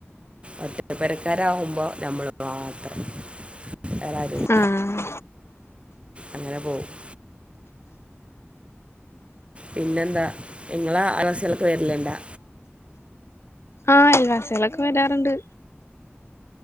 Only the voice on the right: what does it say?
ഒറ്റ പെരക്കാരാവുമ്പോ നമ്മൾ മാത്രം ഏതായാലും
അങ്ങനെ പോവുന്നു പിന്നെന്താ നിങ്ങള അയൽവാസിലൊക്കെ വരലിണ്ടാ